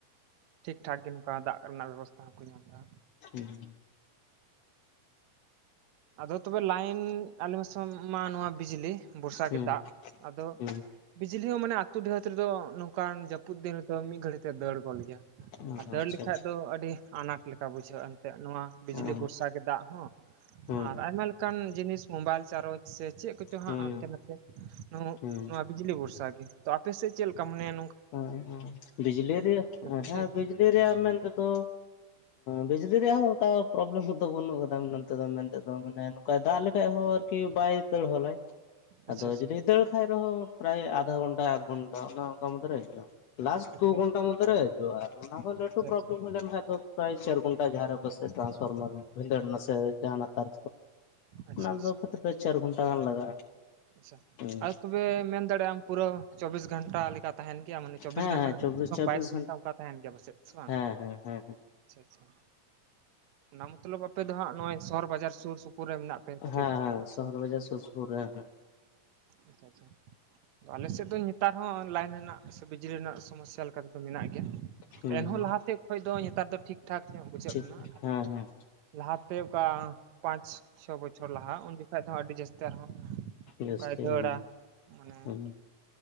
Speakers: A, on the right; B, on the left.
A: ᱴᱷᱤᱠ ᱴᱷᱟᱠ ᱜᱮ ᱱᱚᱝᱠᱟ ᱫᱟᱜ ᱨᱮᱱᱟᱜ ᱵᱮᱵᱚᱥᱛᱛᱟ ᱦᱚᱸᱠᱚ ᱧᱟᱢ ᱮᱫᱟ᱾
B: ᱦᱮᱸ᱾
A: ᱟᱫᱚ ᱛᱚᱵᱮ ᱞᱟᱭᱤᱱ ᱟᱞᱮ ᱢᱮ ᱢᱟ ᱱᱚᱣᱟ ᱵᱤᱡᱽᱞᱤ ᱵᱚᱨᱥᱟ
B: ᱦᱩᱸ
A: ᱜᱮ ᱫᱟᱜ ᱟᱫᱚ
B: ᱦᱩᱸ
A: ᱵᱤᱡᱽᱞᱤ ᱦᱚᱸ ᱢᱟᱱᱮ ᱟᱛ ᱰᱤᱦᱟᱹᱛ ᱨᱮᱫᱚ ᱱᱚᱝᱠᱟᱱ ᱡᱟᱹᱯᱩᱫ ᱫᱤᱱ ᱨᱮᱫᱚ ᱢᱤᱫ ᱜᱷᱟᱹᱲᱤᱡ ᱛᱮ ᱫᱟᱹᱲ ᱜᱚᱫ ᱞᱮᱭᱟ᱾
B: ᱦᱩᱸ
A: ᱟᱨ
B: ᱟᱪᱪᱷᱟ
A: ᱫᱟᱹᱲ ᱞᱮᱠᱷᱟᱡ
B: ᱟᱪᱪᱷᱟ
A: ᱫᱚ ᱟᱹᱰᱤ ᱟᱱᱟᱴ ᱞᱮᱠᱟ ᱵᱩᱡᱷᱟᱹᱜᱼᱟ ᱮᱱᱛᱮᱜ ᱱᱚᱣᱟ ᱵᱤᱡᱽᱞᱤ
B: ᱦᱮᱸ
A: ᱵᱷᱚᱨᱥᱟ ᱜᱮ ᱫᱟᱜ ᱦᱚᱸ
B: ᱦᱩᱸ
A: ᱟᱨ ᱟᱭᱢᱟ ᱞᱮᱠᱟᱱ ᱡᱤᱱᱤᱥ ᱢᱚᱵᱟᱭᱤᱞ ᱪᱟᱨᱚᱡᱽ ᱥᱮ ᱪᱮᱫ, ᱠᱚᱪᱚ ᱦᱟᱸᱜ
B: ᱦᱩᱸ
A: ᱦᱟᱱᱛᱮ ᱱᱟᱛᱮ ᱱᱩ
B: ᱦᱩᱸ
A: ᱱᱚᱣᱟ ᱵᱤᱡᱽᱞᱤ ᱵᱷᱚᱨᱥᱟ ᱜᱮ ᱛᱚ ᱟᱯᱮᱮᱥᱮᱫ ᱪᱮᱫ ᱞᱮᱠᱟ ᱢᱟᱱᱟᱭᱟ᱾
B: ᱦᱟ ᱵᱤᱡᱽᱞᱤ ᱨᱮᱭᱟᱜ
A: ᱡᱟᱹᱯᱩᱫ
B: ᱦᱮᱸ
A: ᱫᱤᱱ
B: ᱵᱤᱡᱽᱞᱤ ᱨᱮᱭᱟᱜ ᱢᱮᱱ ᱛᱮᱫᱚ ᱵᱤᱡᱽᱞᱤ ᱨᱮᱭᱟᱜ ᱦᱚᱸ ᱚᱱᱠᱟ ᱯᱨᱚᱵᱽᱞᱮᱢ ᱫᱚ ᱵᱟᱹᱱᱩᱜ ᱟᱠᱟᱫᱟ ᱱᱛᱮ ᱫᱚ ᱢᱮᱱᱛᱮᱫᱚ ᱢᱟᱱᱮ ᱱᱚᱝᱠᱟᱭ ᱫᱟᱜ ᱞᱮᱠᱷᱟᱡ ᱦᱚᱲ ᱠᱤ ᱵᱟᱭ ᱫᱟᱹᱲ ᱦᱚᱞᱟᱭ,
A: ᱟᱪᱪᱷᱟ
B: ᱟᱫᱚ
A: ᱟᱪᱪᱷᱟ
B: ᱡᱩᱫᱤ ᱫᱟᱹᱲ ᱠᱷᱟᱡ ᱨᱮᱦᱚᱸ ᱯᱨᱟᱭ ᱟᱫᱷᱟ ᱜᱷᱚᱱᱴᱟ ᱮᱠ ᱜᱷᱚᱱᱴᱟ ᱚᱱᱮ ᱚᱱᱠᱟ ᱢᱚᱫᱽᱷᱮ ᱨᱮ ᱦᱤᱡᱩᱜᱼᱟ᱾ ᱞᱟᱥᱴ
A: ᱟᱪᱪᱷᱟ
B: ᱫᱩ ᱜᱷᱚᱱᱴᱟ ᱢᱚᱫᱽᱫᱷᱮᱨᱮ ᱦᱤᱡᱩᱜᱼᱟ ᱟᱨ ᱚᱱᱟ ᱠᱷᱚᱱ ᱞᱟᱹᱴᱩ
A: ᱟᱪᱪᱷᱟ
B: ᱯᱨᱚᱵᱞᱮᱢ ᱦᱩᱭ ᱞᱮᱱ ᱠᱷᱟᱱᱡ ᱫᱚ ᱯᱨᱟᱭ ᱪᱟᱹᱨ ᱜᱷᱚᱱᱴᱟ ᱡᱟᱨᱮ ᱠᱚ ᱥᱮ ᱴᱨᱟᱱᱥ ᱯᱷᱟᱨᱢᱟᱨ ᱵᱷᱤᱰᱟᱰ ᱱᱟᱥᱮ ᱡᱟᱦᱱᱟᱜ ᱛᱟᱨ
A: ᱟᱪᱪᱷᱟ
B: ᱚᱱᱟ
A: ᱟᱪᱪᱷᱟ
B: ᱫᱚ ᱠᱷᱛ ᱫᱚ ᱪᱟᱨ ᱜᱷᱚᱱᱴᱟ ᱜᱟᱱ ᱞᱟᱜᱟᱜᱼᱟ
A: ᱟᱪᱪᱷᱟ
B: ᱦᱮᱸ᱾
A: ᱟᱨ ᱛᱚᱵᱮ ᱢᱮᱱ ᱫᱟᱲᱮᱭᱟᱜᱼᱟᱢ ᱯᱩᱨᱟᱹ ᱪᱚᱵᱵᱤᱥ ᱜᱷᱚᱱᱴᱟ ᱞᱮᱠᱟᱛᱮ ᱛᱟᱦᱮᱱ ᱜᱮᱭᱟ ᱢᱟᱱᱮ ᱪᱚᱵᱵᱤᱥ
B: ᱦᱮᱸ
A: ᱜᱷᱚᱱᱴᱟ ᱨᱮ
B: ᱪᱚᱵᱵᱤᱥ
A: ᱠᱚᱢ ᱥᱮ ᱠᱚᱢ
B: ᱪᱚᱵᱵᱤᱥ
A: ᱵᱟᱭᱤᱥ ᱜᱷᱚᱱᱴᱟ ᱚᱱᱠᱟ ᱛᱟᱦᱮᱱ ᱜᱮᱭᱟ ᱯᱟᱥᱮᱡ ᱥᱮ ᱵᱟᱝ?
B: ᱦᱮᱸ ᱦᱮᱸ ᱦᱮᱸ
A: ᱟᱪᱷᱟ ᱟᱪᱪᱷᱟ ᱚᱱᱟ ᱢᱚᱛᱞᱚᱵ ᱟᱯᱮ ᱫᱚ ᱦᱟᱸᱜ ᱱᱚᱜᱚᱭ ᱥᱚᱦᱚᱨ ᱵᱟᱡᱟᱨ ᱥᱩᱨ ᱥᱩᱯᱩᱨ ᱨᱮ ᱢᱮᱱᱟᱜ ᱯᱮ ᱠᱷᱟᱹᱛᱤᱨ
B: ᱦᱮᱸ ᱦᱮᱸ, ᱥᱚᱦᱚᱨ
A: ᱥᱮ ᱵᱟᱝ?
B: ᱵᱟᱡᱟᱨ ᱥᱩᱨ ᱥᱩᱯᱩᱨ ᱦᱮᱸ ᱦᱮᱸ᱾
A: ᱟᱪᱪᱷᱟ ᱟᱪᱪᱷᱟ᱾ ᱟᱞᱮ ᱥᱮᱫ ᱫᱚ ᱱᱮᱛᱟᱨ ᱦᱚᱸ ᱞᱟᱭᱤᱱ ᱨᱮᱱᱟᱜ ᱥᱮ ᱵᱤᱡᱽᱞᱤ ᱨᱮᱱᱟᱜ ᱥᱚᱢᱚᱥᱥᱟ ᱞᱮᱠᱟᱛᱮᱫᱚ ᱢᱮᱱᱟᱜ ᱜᱮᱭᱟ᱾
B: ᱦᱩᱸ
A: ᱮᱱᱦᱚᱸ
B: ᱦᱩᱸ
A: ᱞᱟᱦᱟᱛᱮ ᱠᱷᱚᱱ ᱫᱚ ᱱᱮᱛᱟᱨ ᱫᱚ ᱴᱷᱤᱠ ᱴᱷᱟᱠ ᱧᱚᱜ ᱵᱩᱡᱷᱟᱹᱜ
B: ᱴᱷᱤᱠ
A: ᱠᱟᱱᱟ
B: ᱦᱮᱸ ᱦᱮᱸ
A: ᱞᱟᱦᱟᱛᱮ ᱚᱠᱟ ᱯᱟᱸᱪ ᱪᱷᱚ ᱵᱚᱪᱷᱚᱨ ᱞᱟᱦᱟᱜ ᱩᱱ ᱫᱚ ᱟᱹᱰᱤ ᱡᱟᱹᱥᱛᱤ ᱟᱨᱦᱚᱸ
B: ᱡᱟᱹᱥᱛᱤ
A: ᱚᱱᱠᱟᱭ
B: ᱦᱮᱸ
A: ᱢᱟᱱᱮ
B: ᱦᱮᱸ